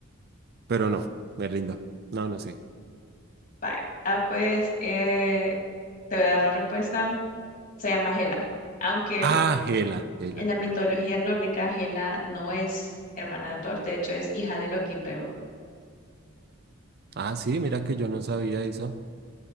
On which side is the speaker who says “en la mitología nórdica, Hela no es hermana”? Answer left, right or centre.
Left